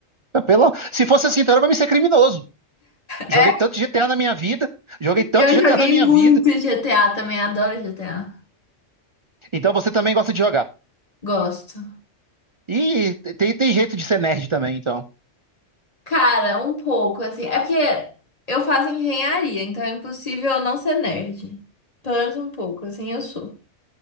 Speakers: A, on the right (about 55°); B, on the left (about 30°).
A: Ah, Pela... Se fosse assim, então era pra mim ser criminoso.
B: É,
A: Joguei tanto GTA na minha vida, joguei tanto
B: eu
A: GTA
B: joguei
A: na minha
B: muito
A: vida.
B: GTA também, adoro GTA.
A: Então você também gosta de jogar.
B: Gosto.
A: E tem, tem jeito de ser nerd também, então.
B: Cara, um pouco, assim. É porque eu faço engenharia, então é impossível eu não ser nerd. Pelo menos um pouco, assim eu sou.